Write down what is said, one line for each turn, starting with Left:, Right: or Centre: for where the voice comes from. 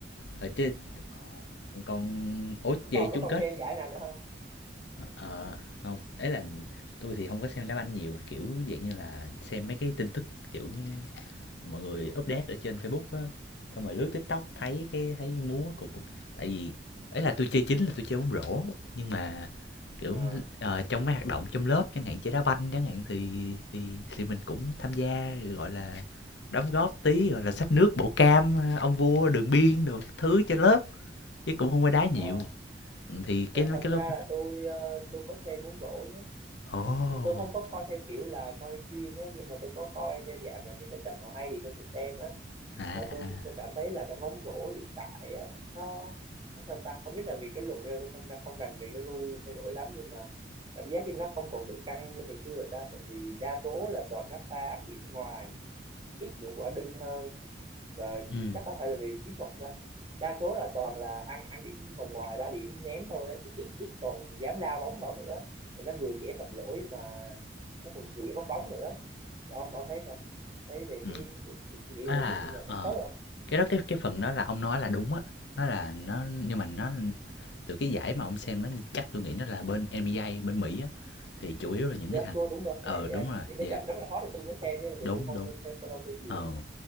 Left: Ờ, chứ ờ, còn còn- ủa
Right: có
Left: về
Right: còn có
Left: chung
Right: còn
Left: kết
Right: xem giải nào nữa không
Left: Ờ, không ấy là tôi thì không có xem đá banh nhiều kiểu dạng như là xem mấy cái tin tức kiểu mọi người update ở trên Facebook á xong rồi lướt TikTok thấy cái thấy múa của cũng tại vì ấy là tôi chơi chính là tôi chơi bóng rổ nhưng mà kiểu
Right: Ờ,
Left: ờ, trong mấy hoạt động trong lớp chẳng hạn chơi đá banh chẳng hạn thì thì thì mình cũng tham gia gọi là đóng góp tí gọi là xách nước bổ cam ờ, ông vua đường biên đồ các thứ cho lớp chứ cũng không có đá nhiều
Right: ờ
Left: Ừ, thì cái
Right: thật,
Left: mấy
Right: thật
Left: cái
Right: ra
Left: lúc
Right: là tôi ờ, tôi có xem bóng rổ nhé
Left: ồ
Right: thì tôi không có coi theo kiểu là coi chuyên á nhưng mà tôi có coi theo dạng là những cái trận nào hay thì tôi sẽ xem á
Left: à
Right: và
Left: à
Right: tôi tôi cảm thấy là cái bóng rổ hiện tại á nó nó sao ta không biết là vì cái luật bây giờ tôi không ra không rành về cái rule thay đổi lắm nhưng mà cảm giác như nó không còn được căng như ngày xưa rồi ta tại vì đa số là toàn các pha ăn điểm ngoài ít những quả đinh hơn và
Left: Ừ.
Right: chắc có thể là vì chiến thuật đó đa số là toàn là ăn ăn điểm vòng ngoài ba điểm ném thôi á, chứ ít ít còn dám lao bóng vào nữa thì nó vừa dễ phạm lỗi mà nó còn vừa dễ mất bóng nữa Thì ông ông thấy sao thấy về
Left: Ừ.
Right: cái cái, cái suy nghĩ
Left: À,
Right: của Linh <laughs> là có
Left: ờ.
Right: khớp không
Left: Cái đó cái cái phần đó là ông nói là đúng á. Nó là nó nhưng mà nó từ cái giải mà ông xem nó chắc tôi nghĩ nó là bên NBA bên Mỹ á thì chủ yếu là những
Right: Joshua
Left: cái thằng
Right: đúng rồi
Left: ờ
Right: dạ NBA
Left: đúng rồi,
Right: những cái
Left: dạ,
Right: trận rất là hot thì tôi mới xem chứ thì
Left: đúng
Right: tôi không
Left: đúng.
Right: có xem follow tôi nhiều
Left: Ờ
Right: á.